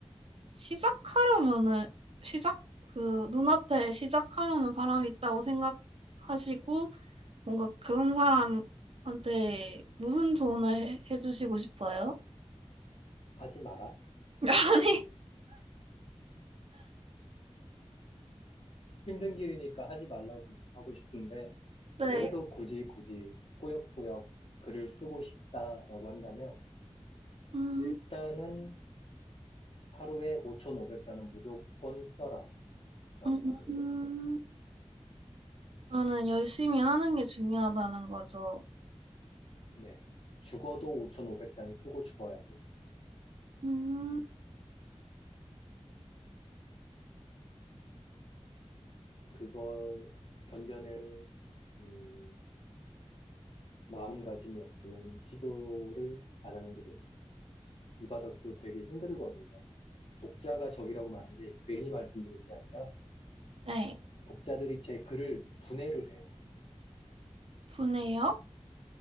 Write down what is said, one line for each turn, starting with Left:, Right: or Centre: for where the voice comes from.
Right: 시작하려면은 시작 그 눈앞에 시작하려는 사람이 있다고 생각하시고 뭔가 그런 사람한테 무슨 조언을 해- 해주시고 싶어요?
Left: 하지 마라.
Right: <laughs> 아니,
Left: 힘든 길이니까 하지 말라고 하고 싶은데,
Right: 네.
Left: 그래도 굳이 굳이 꾸역꾸역 글을 쓰고 싶다라고 한다면,
Right: 음.
Left: 일단은 하루에 5,500자는 무조건 써라라고
Right: 음,
Left: 말하고 싶어요.
Right: 나는 열심히 하는 게 중요하다는 거죠.
Left: 네. 죽어도 5,500잔 쓰고 죽어야 돼요.
Right: 음,
Left: 그걸 견뎌낼, 음, 마음가짐이 없으면 시도를 안 하는 게 좋죠. 이 바닥도 되게 힘들거든요. 독자가 적이라고 말한 게 괜히 말씀드린 게 아니라
Right: 네,
Left: 독자들이 제 글을 분해를 해요.
Right: 분해요?